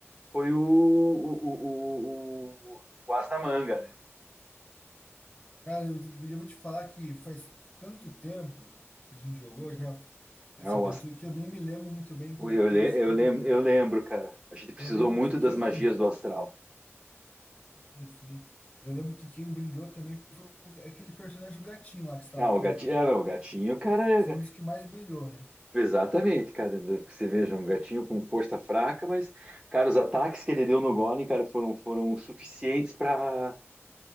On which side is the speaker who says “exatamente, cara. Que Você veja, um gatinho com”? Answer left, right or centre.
Right